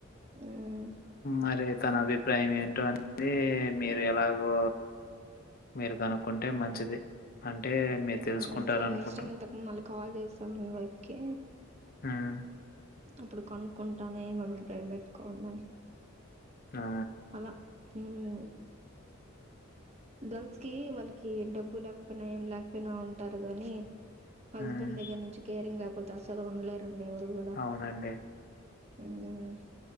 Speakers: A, on the right; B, on the left.
A: మ్మ్
B: మరి తన అభిప్రాయం ఏంటో అనేది మీరు ఎలాగో మీరు కనుక్కుంటే మంచిది అం అంటే మీరు తెలుసుకుంటారు
A: ఆ ఈసారి
B: అనుకుంటన
A: నెక్స్ట్ టైం ఇంతకు మళ్ళీ కాల్ చేస్తాను మీ వైఫ్కి
B: హ్మ్
A: అప్పుడు కనుక్కుంటానే ఏం అభిప్రాయం పెట్టుకోందని
B: ఆ!
A: అల్ల హ్మ్ గర్ల్స్ కి వాళ్ళకి డబ్బు లేకపోయినా ఏం లేకపోయినా ఉంటారు గానీ. హస్బెండ్
B: హ్మ్.
A: దగ్గర నుంచి కేరింగ్ పోత అసలు ఉండలేరు డి ఎవరు కూడ
B: అవునండి.
A: హ్మ్